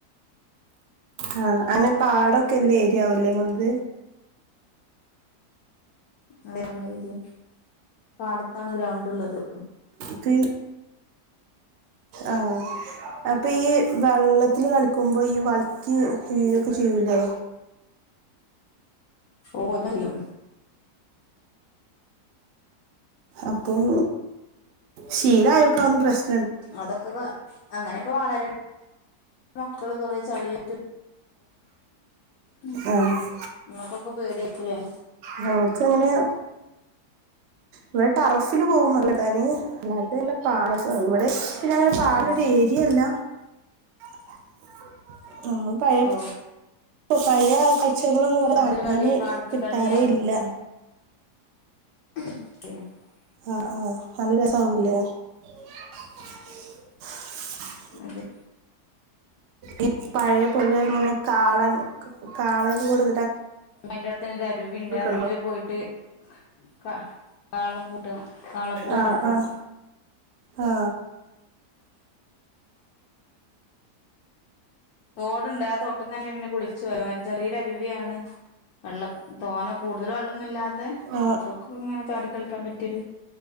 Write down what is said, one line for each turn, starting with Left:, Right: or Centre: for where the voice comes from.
Right: ആ അങ്ങനെ പാടൊക്കെ ഇല്ല ഏരിയാവല്ലേത് ഇങ്ങടത്-
Left: അതേയുള്ള ഏരിയ ആണ് പാടത്താണ് ഗ്രൗണ്ട് ള്ളത്
Right: അപ്പ ആഹ അപ്പൊ ഈ വെള്ളത്തില് കളിക്കുമ്പോ ഈ വഴ്ക്കിവീഴുക്കേചെയ്യൂലേ-
Left: ഓന്നയുളള്
Right: അപ്പം ശീല ആയർക്കാതൊന്നും പ്രശ്ന-
Left: അതൊക്കെ അങ്ങനെ- <unintelligible> വളരണ മക്കള് കൊറേ ചളിയേറ്റും <unintelligible>
Right: ആഹ്
Left: മക്കക്കൊക്കെ പേടിയായിരിക്കും ല്ലേ-
Right: നമുക്ക് അങ്ങനെ ഇവിടെ ടർഫില് പോകും <unintelligible> അല്ലാതെ <unintelligible> ഇവിടെ പിന്നെ അങ്ങനെ <unintelligible>
Left: ഓ
Right: ഒരു ഏരിയല്ല <inaudible> നമ്മള് പയ
Left: ഓ
Right: <unintelligible> പക്ഷികളൊന്നും
Left: പണ്ടത്തില്
Right: കാണാന്
Left: കളി പാടത്ത്
Right: കിട്ടാറേ
Left: കളി അങ്ങനെയൊക്കെയാണ്
Right: ഇല്ല
Left: <unintelligible>
Right: ആഹ് ആഹ് നല്ല <unintelligible>
Left: അതെ
Right: ഈ പഴയ പോലെ ഇങ്ങനെ കാളൻ കാള കൂടെ
Left: അയിന്റെ അടുത്ത് തന്നെ ഒരു അരുവിണ്ട് അരുവിൽ
Right: ഉണ്ടോ
Left: പോയിട്ട് കാള കാളപ്പൂട്ടുവാ കാളപ്പൂട്ട്
Right: ആ
Left: നടക്കും
Right: ആ ആ
Left: തോടുണ്ട് ആ തോട്ടംന്ന് തന്നെ പിന്നെ കുളി <unintelligible> ചെറിയോര അരുവിയാണ് വെള്ളം തോനെ കൂടുതൽ വെള്ളൊന്നില്ലാത്ത
Right: ആ
Left: മക്കക്കിങ്ങനെ ചാടിക്കളിക്കാൻ പറ്റിയൊരു